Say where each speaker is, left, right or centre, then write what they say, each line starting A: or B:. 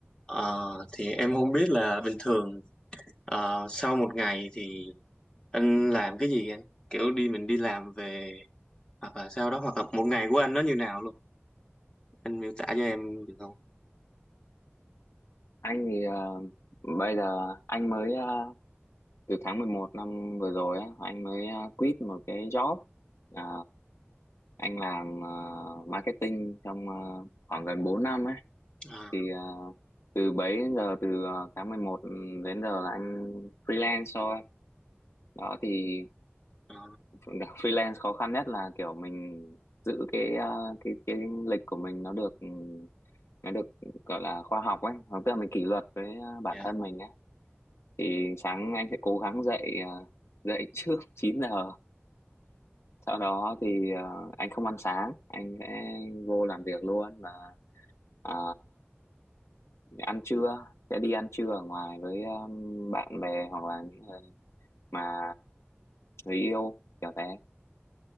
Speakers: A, on the left (about 20°); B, on the left (about 80°).
A: Ờ, thì em không biết là bình thường ờ, sau một ngày thì anh làm cái gì anh? Kiểu đi mình đi làm về hoặc là sau đó hoặc là một ngày của anh nó như nào luôn. Anh miêu tả cho em được không?
B: Anh thì ờ, bây giờ anh mới ờ, từ tháng 11 năm vừa rồi á, anh mới ờ, quit một cái job. Ờ, anh làm ờ, marketing trong ờ, khoảng gần 4 năm ấy.
A: À,
B: Thì ờ, từ bấy đến giờ từ ờ, tháng 11 đến giờ là anh freelance thôi. Đó thì
A: à,
B: <laughs> freelance khó khăn nhất là kiểu mình giữ cái ờ, cái cái lịch của mình nó được ừ, nó được gọi là khoa học ấy, tức là mình kỷ luật với ờ, bản
A: dạ,
B: thân mình ấy thì sáng anh sẽ cố gắng dậy à, dậy trước <laughs> 9 giờ sau đó thì à, anh không ăn sáng anh sẽ vô làm việc luôn mà à, ăn trưa sẽ đi ăn trưa ở ngoài với um, bạn bè hoặc là những người mà người yêu kiểu thế